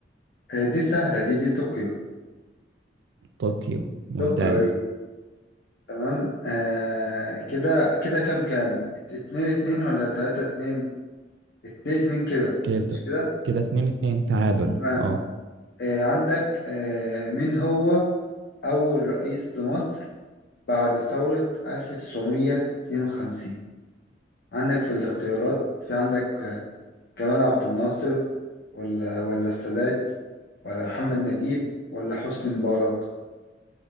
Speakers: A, on the left; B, on the right.
A: آه، دي سهلة دي دي طوكيو
B: طوكيو ممتاز
A: طوكيو ايوه تمام آه كده كده كام كام ات- اتنين اتنين ولا تلاتة اتنين اتنين اتنين كده
B: كده
A: مش كده
B: كده اتنين اتنين تعادل
A: تمام
B: اه
A: آه عندك آه مين هو أول رئيس لمصر بعد ثورة 1952 عندك في الاختيارات في عندك آه، جمال عبد الناصر ولا ولا السادات ولا محمد نجيب ولا حسني مبارك